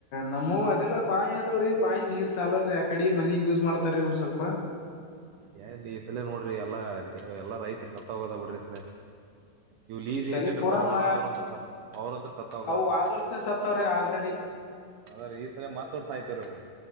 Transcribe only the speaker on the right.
ಎಲ್ಲಿ ಈ ಸಲೇ ನೋಡ್ರಿ ಎಲ್ಲಾ ಎಲ್ಲ ರೈತರು ಸತ್ತ ಹೋಗೋದ ಬಿಡ್ರಿ ಸ ಇವ್ ಲೀಜಗೆ
ಹೇಕೊಂಡ್ರಿತಲ್
ಹೊಲ
ಅವ್ರಂತ್ರ ಅವ್ರಂತ್ರ ಸತ್ತ ಹೋಗದ್ರ
ಅದ್ರ ಈ ಸಲ ಮಾತಾೋಡ್ಸ ಆಯ್ತವ ರ ಅವು